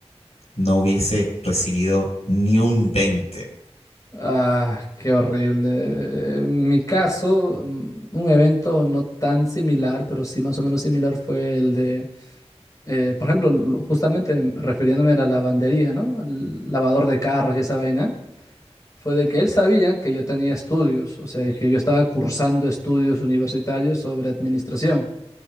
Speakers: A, on the left; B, on the left.
A: No hubiese recibido ni un 20.
B: Ah, qué horrible. En mi caso, mm, un evento no tan similar, pero sí más o menos similar fue el de, eh, por ejemplo, lo- justamente refiriéndome a la lavandería, ¿no? Al lavador de carros y esa vaina, fue de que él sabía que yo tenía estudios, o sea, que yo estaba cursando estudios universitarios sobre administración,